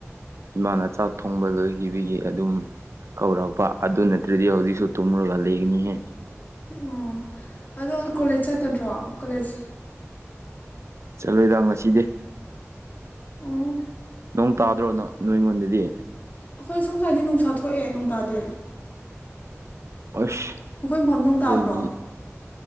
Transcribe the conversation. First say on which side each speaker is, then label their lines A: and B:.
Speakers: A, on the right; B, on the left.
A: ꯏꯃꯥꯅ ꯆꯥꯛ ꯊꯣꯡꯕ ꯂꯣꯏꯒꯤꯕꯒꯤ ꯑꯗꯨꯝ ꯀꯧꯔꯛꯄ ꯑꯗꯨ ꯅꯠꯇ꯭ꯔ‌ꯦꯗꯤ ꯍꯧꯖꯤꯛꯁꯨ ꯇꯨꯝꯃꯨꯔꯒ ꯂꯩꯒꯅꯤꯍꯦ
B: ꯑꯣ ꯑꯗꯣ ꯀꯣꯂꯦꯠ ꯆꯠꯀꯗ꯭ꯔꯣ ꯀꯣꯂꯦꯖ
A: ꯆꯠꯂꯣꯏꯗ ꯉꯁꯤꯗꯤ
B: ꯑꯣ
A: ꯅꯣꯡ ꯇꯥꯗ꯭ꯔꯣ ꯅꯣ ꯅꯣꯏꯉꯣꯟꯗꯗꯤ
B: ꯑꯩꯈꯣꯏ ꯁꯣꯝ ꯁꯨꯋꯥꯏꯗ ꯅꯨꯡꯁꯥ ꯊꯣꯛꯑꯦ ꯅꯣꯡ ꯇꯥꯗꯦ
A: ꯑꯁ
B: ꯅꯈꯣꯏ ꯃꯐꯝ ꯅꯨꯡ
A: ꯑꯩꯈꯣꯏꯗꯤ
B: ꯇꯥꯕ꯭ꯔꯣ